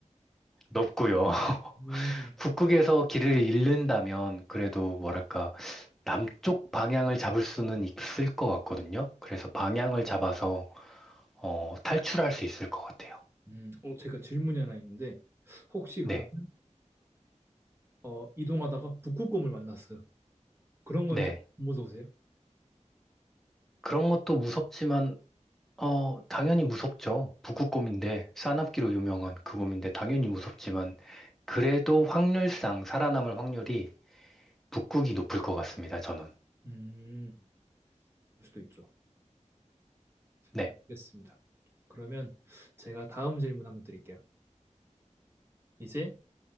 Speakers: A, in the centre; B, on the right.
A: 높고요. <laughs>
B: 음,
A: 북극에서 길을 잃는다면 그래도 뭐랄까 남쪽 방향을 잡을 수는 있을 것 같거든요. 그래서 방향을 잡아서 어, 탈출할 수 있을 것 같아요.
B: 음. 어, 제가 질문이 하나 있는데 혹시
A: 네,
B: 그러면 어, 이동하다가 북극곰을 만났어요. 그런 건
A: 네.
B: 좀 무서우세요?
A: 그런 것도 무섭지만 어, 당연히 무섭죠. 북극곰인데 싸납기로 유명한 그 곰인데 당연히 무섭지만 그래도 확률상 살아남을 확률이 북극이 높을 것 같습니다. 저는.
B: 음, 그럴 수도 있죠.
A: 네.
B: 알겠습니다. 그러면 제가 다음 질문 한번 드릴게요. 이제